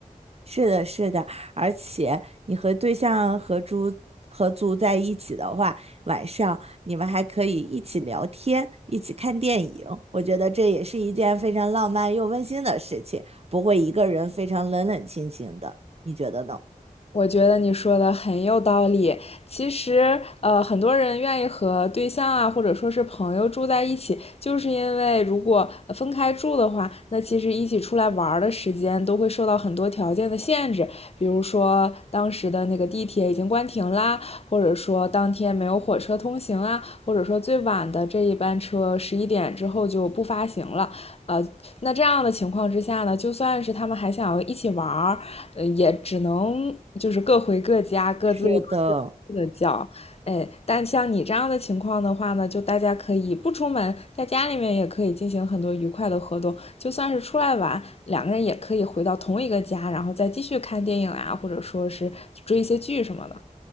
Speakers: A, on the right; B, on the left.
A: 是的，是的，而且你和对象合租合租在一起的话，晚上你们还可以一起聊天，一起看电影。我觉得这也是一件非常浪漫又温馨的事情，不会一个人非常冷冷清清的。你觉得呢？
B: 我觉得你说的很有道理。其实，呃，很多人愿意和对象啊，或者说是朋友住在一起，就是因为如果呃分开住的话，那其实一起出来玩儿的时间都会受到很多条件的限制，比如说当时的那个地铁已经关停啦，或者说当天没有火车通行啊，或者说最晚的这一班车十一点之后就不发行了。呃，那这样的情况之下呢，就算是他们还想要一起玩儿，呃，也只能就是各回各家，各自各
A: 是的，
B: 自的叫。哎，但像你这样的情况的话呢，就大家可以不出门，在家里面也可以进行很多愉快的活动。就算是出来玩，两个人也可以回到同一个家，然后再继续看电影啊，或者说是追一些剧什么的。